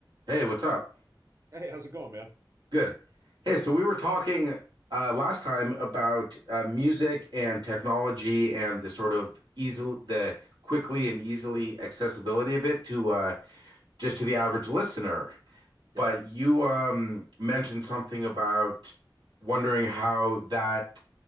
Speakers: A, on the right (about 70°); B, on the right (about 40°).
A: Hey, what's up?
B: Hey, how's it going, man?
A: Good. Hey, so we were talking uh, last time about uh, music and technology and the sort of easily the quickly and easily accessibility of it to uh, just to the average listener.
B: Yep.
A: But you um, mentioned something about wondering how that